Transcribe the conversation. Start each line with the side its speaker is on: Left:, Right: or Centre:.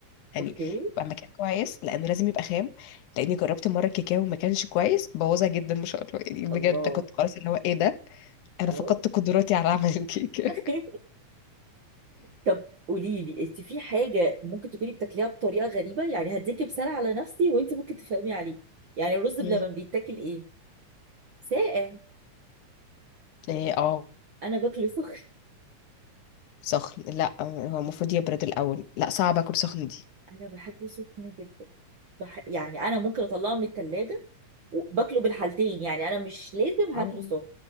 Left: يعني
Right: اوكي
Left: يبقى مكان كويس لانه لازم يبقى خام لاني جربت مره الكاكاو ما كانش كويس بوظها جدا ما شاء الله يعني بجد
Right: الله
Left: كنت خلاص اللي هو ايه ده انا
Right: اهو
Left: فقدت قدراتي على عمل <laughs> الكيكه
Right: <laughs> طب قولي لي انت في حاجه ممكن تكوني بتاكليها بطريقه غريبه يعني هديكي مثال على نفسي وانت ممكن تفهمي عليه يعني الرز بلبن
Left: مم.
Right: بيتاكل ايه ساقع
Left: ايه اه
Right: انا باكله سخن
Left: سخن لا هو المفروض يبرد الاول لا صعب اكل سخن دي
Right: انا بحبه سخن جدا بح... يعني انا ممكن اطلعه من التلاجة باكله بالحالتين يعني انا مش لازم هاكله
Left: اه
Right: سخن